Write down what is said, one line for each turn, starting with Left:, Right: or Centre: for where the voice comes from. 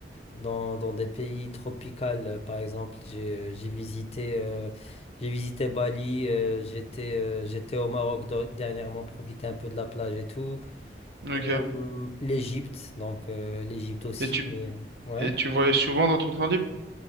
Left: dans, dans des pays tropicaux. euh, Par exemple, j'ai euh, j'ai visité euh, j'ai visité Bali. euh, j'étais euh, j'étais au Maroc do- dernièrement, profiter un peu de la plage et tout.
Right: Ok.
Left: Euh, l'Égypte, donc euh, l'Égypte aussi,
Right: Et tu,
Left: mais ouais.
Right: et tu voyages souvent dans ton temps libre?